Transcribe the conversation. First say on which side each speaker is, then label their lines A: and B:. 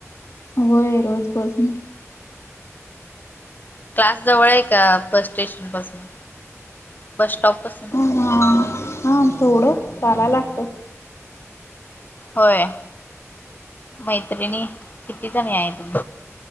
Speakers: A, on the left (about 60°); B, on the left (about 35°).
A: होय रोज बस ना
B: क्लास जवळ आहे का बस स्टेशन पासून बस स्टॉप पासून
A: ह हा थोडं चाला लागतो.
B: होय मैत्रिणी किती जण आहे आहे तुम